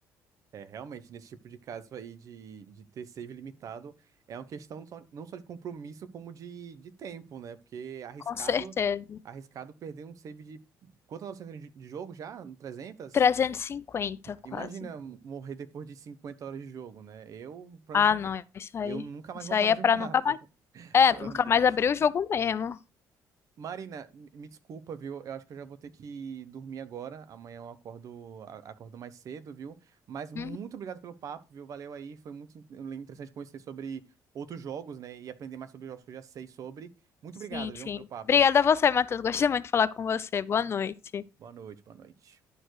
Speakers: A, on the right; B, on the left.
A: É, realmente, nesse tipo de caso aí de, de ter save limitado, é uma questão só- não só de compromisso, como de, de tempo, né? Porque arriscado,
B: Com certeza.
A: arriscado perder um save de quantas horas você tem de, de jogo já? trezentas
B: 350, quase.
A: Imagina morrer depois de 50 horas de jogo, né? Eu provavelmente
B: Ah, não,
A: nunca,
B: isso aí.
A: eu nunca mais
B: Isso
A: voltava
B: aí é
A: a jogar,
B: pra nunca
A: <laughs> pro-
B: mais. É,
A: provavelmente.
B: pra nunca mais abrir o jogo mesmo.
A: Marina, me me desculpa, viu? Eu acho que eu já vou ter que dormir agora. Amanhã eu acordo, a- acordo mais cedo, viu? Mas muito
B: Uhum.
A: obrigado pelo papo, viu? Valeu aí. Foi muito in- interessante conhecer sobre outros jogos, né? E aprender mais sobre os jogos que eu já sei sobre. Muito
B: Sim,
A: obrigado, viu,
B: sim.
A: pelo papo.
B: Obrigada a você, Matheus. Gostei muito de falar com você. Boa noite.
A: Boa noite, boa noite.